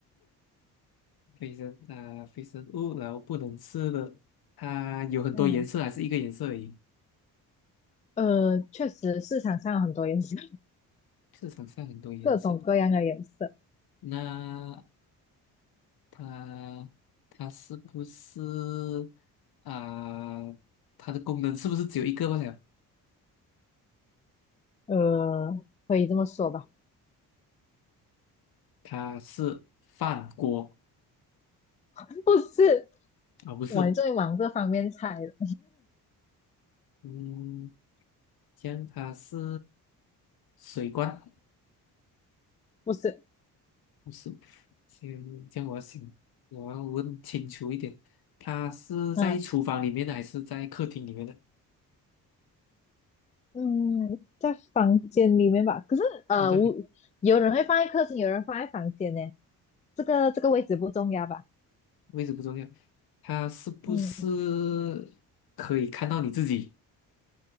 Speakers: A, on the left; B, on the left.
A: <laughs> 非生啊、非生物，然后不能吃的，它有很多颜色，
B: 嗯
A: 还是一个颜色而已？
B: 呃，确实市场上有很多颜色，
A: 市场上很多颜色，
B: 各种各样的颜色，
A: 那它它是不是啊、它的功能是不是只有一个罢了？
B: 呃，可以这么说吧？
A: 它是饭锅
B: <laughs> 不是，
A: 啊、不是。
B: 我终于往这方面猜了，
A: 嗯，这样它是水罐，
B: 不是，
A: 不是？这样这样我要想，我要问清楚一点，它是在厨房里面的还是在客厅里面的？
B: 嗯。嗯，在房间里面吧。可是呃，
A: 哦，在
B: 我有人会放在客厅，有人放在房间呢。这个这个位置不重要吧？
A: 位置不重要，它是不是可以看到你自己？
B: 嗯，